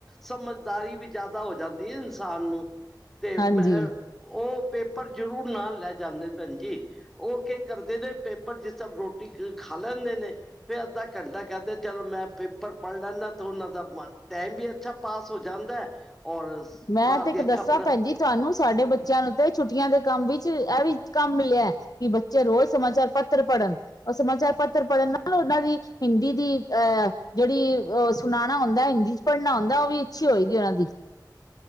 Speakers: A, in the centre; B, on the left.
A: ਸਮਝਦਾਰੀ ਵੀ ਜ਼ਿਆਦਾ ਹੋ ਜਾਂਦੀ। ਸਾਨੂੰ ਤੇ
B: ਹਾਂਜੀ
A: ਮੈਂ ਉਹ ਪੇਪਰ ਜ਼ਰੂਰ ਨਾਲ ਲੈ ਜਾਂਦੇ, ਭੈਣ ਜੀ। ਉਹ ਕੇ ਕਰਦੇ ਨੇ, ਪੇਪਰ ਜਿਸ ਸਭ ਰੋਟੀ ਖਾ ਲੈਂਦੇ ਨੇ ਫਿਰ ਅੱਧਾ ਘੰਟਾ ਕਹਿੰਦੇ ਚਲੋ, ਮੈਂ ਪੇਪਰ ਪੜ੍ਹ ਲੈਨਾਂ ਤੇ ਉਹਨਾਂ ਦਾ ਮ ਟਾਈਮ ਵੀ ਅੱਛਾ ਪਾਸ ਹੋ ਜਾਂਦਾ ਔਰ
B: ਮੈਂ
A: ਬਾਹਰ
B: ਤੇ
A: ਦੀਆਂ
B: ਇੱਕ ਦੱਸਾਂ
A: ਖ਼ਬਰਾਂ
B: ਭੈਣ ਜੀ ਤੁਹਾਨੂੰ, ਸਾਡੇ ਬੱਚਿਆਂ ਨੂੰ ਤੇ ਛੁੱਟੀਆਂ ਦੇ ਕੰਮ ਵਿੱਚ, ਇਹ ਵੀ ਕੰਮ ਮਿਲ਼ਿਆ। ਕੀ ਬੱਚੇ ਰੋਜ਼ ਸਮਾਚਾਰ ਪੱਤਰ ਪੜ੍ਹਨ ਉਹ ਸਮਾਚਾਰ ਪੱਤਰ ਪੜ੍ਹਨ ਨਾਲ ਉਹਨਾਂ ਦੀ, ਹਿੰਦੀ ਦੀ, ਅਹ ਜਿਹੜੀ ਉਹ ਸੁਣਾਂਣਾ ਹੁੰਦਾ, ਹਿੰਦੀ 'ਚ ਪੜਨਾ ਹੁੰਦਾ। ਉਹ ਵੀ ਅੱਛੀ ਹੋਏਗੀ, ਇਹਨਾਂ ਦੀ।